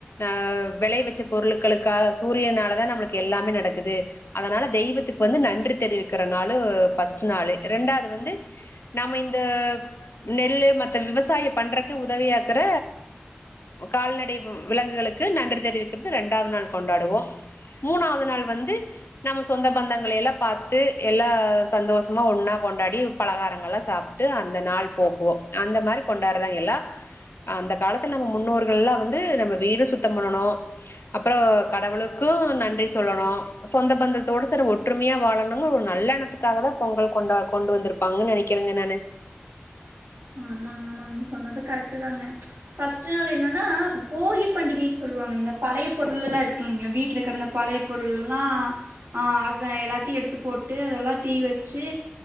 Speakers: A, on the left (about 75°); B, on the right (about 80°).
A: அஹ் வெளையவச்ச பொருட்களுக்காக சூரியனாலதான் நம்மளுக்கு எல்லாமே நடக்குது அதனால தெய்வத்துக்கு வந்து நன்றி தெரிவிக்கிற நாளு பர்ஸ்ட் நாளு ரெண்டாவது வந்து நாம இந்த நெல்லு மத்த விவசாயம் பண்றக் உதவியாக்குற கால்நடை விலங்குகளுக்கு நன்றி தெரிவிக்கிறது ரெண்டாவது நாள் கொண்டாடுவோம் மூணாவது நாள் வந்து நம்ம சொந்த பந்தங்களளை எல்லாம் பார்த்து எல்லா சந்தோஷமா ஒன்னா கொண்டாடி பலகாரங்கள் எல்லாம் சாப்பிட்டு அந்த நாள் போக்குவோம் அந்த மாதிரி கொண்டாடுறதாங்க எல்ல அந்த காலத்துல நம்ம முன்னோர்கள் எல்லாம் வந்து நம்ம வீடு சுத்தம் பண்ணணும் அப்புறம் கடவுளுக்கும் நன்றி சொல்லணும் சொந்த பந்தத்தோட சில ஒற்றுமையா வாழணும்ங்க ஒரு நல்லெண்ணத்துக்காக தான் பொங்கல் கொண்டா கொண்டு வந்திருப்பாங்கன்னு நினைக்கிறேங்க நானு
B: ஆமாங்க ஆமாங்க நீங்க சொன்னது கரெக்ட் தாங்க பர்ஸ்ட் நாள் என்னன்னா போகி பண்டிகை சொல்லுவாங்க இந்த பழைய பொருள் எல்லாம் இருக்குங்க வீட்டுல இருக்கிறந்த பழைய பொருள் எல்லாம்ஹ் எல்லாத்தையும் எடுத்து போட்டு அதெல்லாம் தீ வச்சு